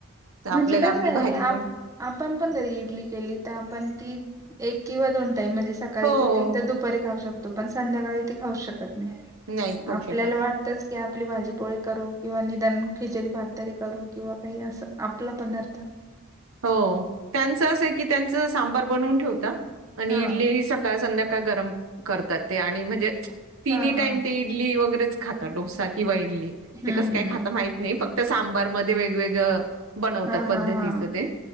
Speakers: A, on the right; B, on the right.
A: तर आपल्याला
B: म्हणजे कसं
A: आपली
B: आहे
A: भाजी
B: आप
A: पण
B: आपण पण घरी इडली केली तर आपण ती, एक किंवा दोन टाईम म्हणजे स सकाळी
A: हो हो
B: केली,
A: हो.
B: तर दुपारी खाऊ शकतो पण संध्याकाळी ती खाऊ शकत नाही.
A: नाही खाऊ
B: आपल्याला
A: शकत.
B: वाटतच की आपली भाजीपोळी करू किंवा निदान खिचडी भात तरी करू किंवा काही असं, आपला पदार्थ
A: हो, त्यांच असं आहे की त्यांच सांबार बनवून ठेवता, आणि
B: हा
A: इडली स काळ संध्याकाळ गरम करतात ते, आणि म्हणजे तिनी
B: हा हा
A: टाईम ती इडली वगैरेच खाता, डोसा किंवा इडली
B: हम्म
A: ते कस काय
B: हम्म
A: खात माहीत नयी फक्त सांबारमध्ये वेगवेगळं बनवतात
B: हा
A: पद्धतीचं
B: हा हा
A: ते